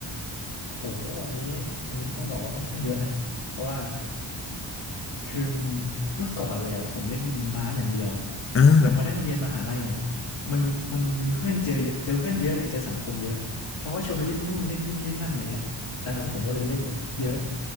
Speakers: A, on the left (about 80°); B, on the left (about 30°).
A: โหอันนี้อันนี้ต้องบอกว่าค่อนข้างเยอะนะเพราะว่า คือเมื่อก่อนเลยอ่ะผมเล่นบาสอย่างเดียว
B: อ่า
A: แต่พอได้มาเรียนมหาลัยเนี่ยมันมันมีเพื่อนเจอเยอะเจอเพื่อนเยอะไงเจอสังคมเยอะเขาก็ชวนไปเล่นนู่นเล่นนี่เล่นนั่นอะไรเงี้ยดังนั้นผมก็เลยเล่นแบบเยอะ